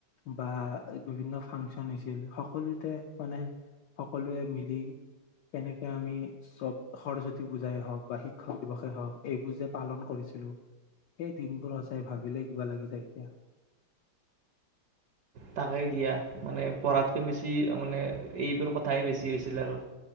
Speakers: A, on the left (about 70°); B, on the right (about 60°).
A: বা বিভিন্ন ফাংচন হৈছিল সকলোতে মানে সকলোৱে মিলি কেনেকে আমি চব সৰস্বতী পূজাই হওক বা শিক্ষক দিৱসেই হওক এইবোৰ যে পালন কৰিছিলো সেই দিনবোৰ সঁচাই ভাবিলে কিবা লাগি যায় এতিয়া।
B: তাকে দিয়া মানে পঢ়াতকৈ বেছি মানে এইবোৰ কথাইে বেছি হৈছিলে আৰু